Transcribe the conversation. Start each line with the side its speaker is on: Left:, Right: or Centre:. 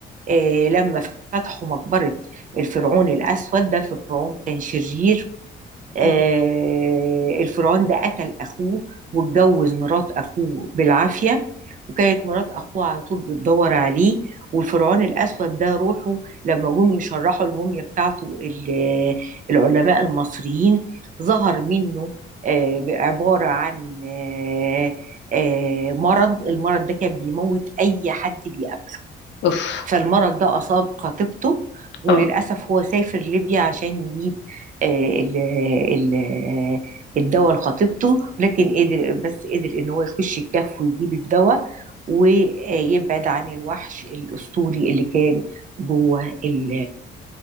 Right: آه، لما فتحوا مقبرة الفرعون الاسود ده فرعون كان شرير آه،
Left: أم،
Right: الفرعون ده قتل اخوه واتجوز مرات اخوه بالعافيه وكانت مرات اخوه على طول بتدور عليه والفرعون الاسود ده روحه لما جم يشرحوا الموميا بتاعته ال- العلماء المصريين ظهر منه آه، عباره عن آه، آه، مرض المرض ده كان بيموت اي حد بيقابله
Left: اوف
Right: فالمرض ده أصاب خطيبته وللأسف
Left: اه
Right: هو سافر ليبيا عشان يجيب آه، ال ال الدواء لخطيبته لكن قدر بس قدر إن هو يخش الكهف ويجيب الدواء ويبعد عن الوحش الأسطوري اللي كان جوه ال